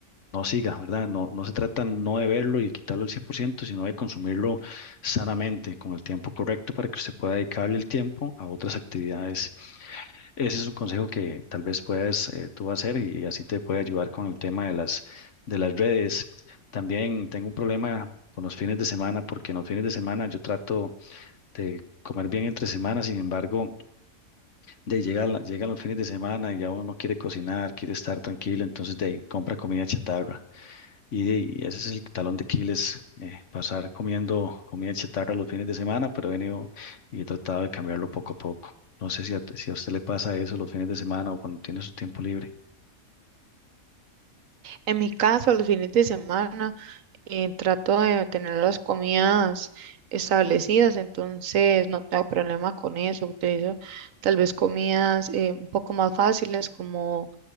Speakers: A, on the left; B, on the right.
A: no siga, ¿verdad? No, no se trata no de verlo y de quitarlo al 100%, sino de consumirlo sanamente, con el tiempo correcto para que usted pueda dedicarle el tiempo a otras actividades. Ese es un consejo que tal vez puedas eh, tú hacer y así te puede ayudar con el tema de las, de las redes. También tengo un problema con los fines de semana, porque en los fines de semana yo trato de comer bien entre semanas, sin embargo, de ahí llega la- llegan los fines de semana y ya uno no quiere cocinar, quiere estar tranquilo, entonces de ahí compra comida chatarra. Y, de- y ese es el talón de Aquiles, eh, pasar comiendo comida chatarra los fines de semana, pero he venido y he tratado de cambiarlo poco a poco. No sé si a, si a usted le pasa eso los fines de semana o cuando tiene su tiempo libre.
B: En mi caso, los fines de semana. eh, trato de tener las comidas establecidas, entonces no tengo problema con eso. Utilizo tal vez comidas eh, un poco más fáciles como